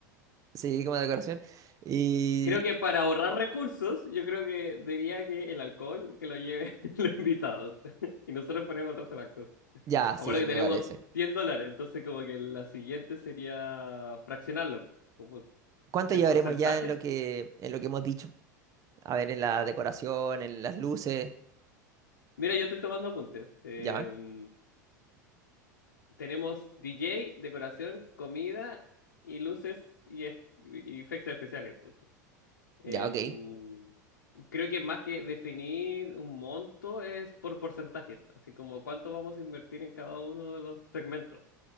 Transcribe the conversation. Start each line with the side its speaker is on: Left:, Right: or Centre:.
Right: Sí, como decoración. Y
Left: Creo que para ahorrar recursos, yo creo que diría que el alcohol que lo lleve <laughs> los invitados. <laughs> Y nosotros ponemos el resto de las cosas.
Right: ya,
Left: Acuérdate
Right: sí, me
Left: que tenemos
Right: parece.
Left: 100 dólares, entonces como que la siguiente sería fraccionarlo, como
Right: ¿Cuánto
Left: en
Right: llevaremos
Left: porcentajes.
Right: ya en lo que, en lo que hemos dicho? A ver, en la decoración, en las luces.
Left: Mira, yo estoy tomando apuntes. Em,
Right: Ya,
Left: tenemos DJ, decoración, comida y luces y, es- y efectos especiales, pues Em,
Right: ya, ok.
Left: creo que más que definir un monto es por porcentajes, así como cuánto vamos a invertir en cada uno de los segmentos.